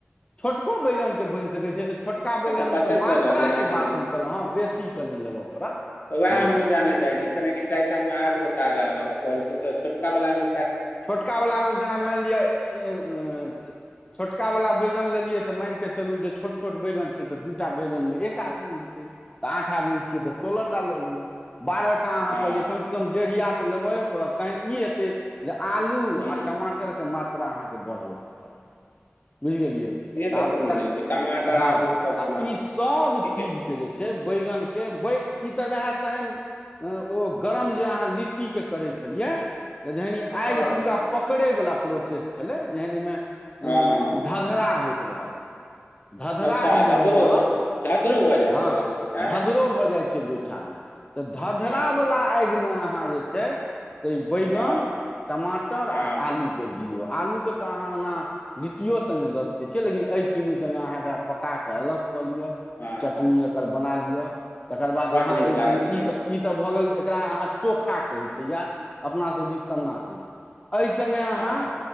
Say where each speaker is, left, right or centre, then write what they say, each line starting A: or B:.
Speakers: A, on the left; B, on the left.
A: छोटको बैगनके बनि सकैत छै तऽ। छोटका बैगन
B: ओतऽ कतेक
A: में तऽ मात्राके
B: बैगन जेनाकि
A: बात हम कहलहुँ हेँ, बेसी कनि लेबऽ पड़त।
B: उएह
A: हँ
B: हमहू जानऽ चाहै छी, जेनाकि चारिटामें आठ गोटा कऽ भ जेतैय तऽ छोटा वलामें।
A: छोटकावलामें जेना मानि लिय ए। छोटका वाला बैगन लेलियै तऽ मैन के चलू जे छोट- छोट बैगन छै तऽ दूटा बैगन में एक आदमी हेतै। तऽ आठ आदमी छियै तऽ सोलह टा लऽ लिय। बारह टा अहाँ
B: हँ
A: कहलियै, कमसँ कम डेढ़िया तऽ लेबये पड़त तखन ई हेतै। जे आलू
B: हुँ
A: आ टमाटरके मात्रा अहाँके बढ़बऽ पड़त। बुझि गेलियै
B: से
A: तऽ आब
B: कोनो
A: तक।
B: नहि छै टमाटर
A: हँ
B: आलू सब
A: आ ई सब
B: ठीके
A: चीजके
B: छै।
A: जे छै बैगन। के ई तऽ रहै तहैन। ओ गरम जे अहाँ लिट्टी के करै छलिय। आगि
B: हँ
A: पूरा पकड़ै वाला प्रोसेस छलै, जखन अइ में
B: हँ हँ
A: धधरा होय। तधा। धधरा
B: अच्छा
A: जेहन
B: धदरो
A: होइत रहत
B: धदरो भऽ जायत
A: हँ,
B: भऽ जेतै छै
A: धधरो भऽ जाइत छै। छै गोइठा में, तऽ धधरा
B: हँ
A: वला आगि मे अहाँ जे छै से बैगन।
B: हँ
A: टमाटर आ
B: हँ
A: आलू के दियौ। आलूके तऽ अहाँ ओना लिट्टिओ संगे द सकै छियै, लेकिन एहिइ तीनू सङ्गे अहाँ एकरा पका कऽ अलग। क लिय,
B: हँ
A: चटनी
B: हँ
A: एकर बना लिय, तकर बाद
B: बड्ड
A: अहाँ
B: नीक
A: एहिे
B: लागत
A: संगे
B: लेकिन
A: ई त ई त भ गेल। एकरा अहाँ चोखा कहै छै, या अपना सब दिस सन्ना कहै छै। अहि सङ्गे अहाँ।
B: हँ